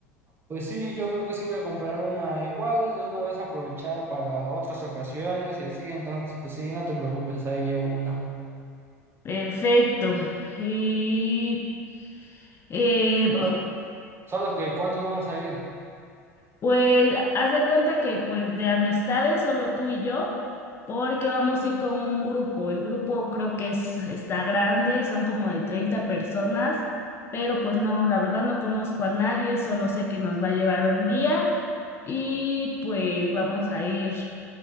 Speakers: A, on the right; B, on the left.
A: Pues sí, yo creo que sí voy a comprar una igual, de una vez aprovechar para otras ocasiones y así, entonces pues sí, no te preocupes, ahí llevo una.
B: Perfecto. Y eh,
A: Solo solo que ¿cuántos vamos a ir?
B: pues haz de cuenta que pues de amistades solo tú y yo, porque vamos a ir con un grupo. El grupo creo que es, está grande, son como de 30 personas, pero pues no, la verdad no conozco a nadie, solo sé que nos va a llevar un guía y pues vamos a ir.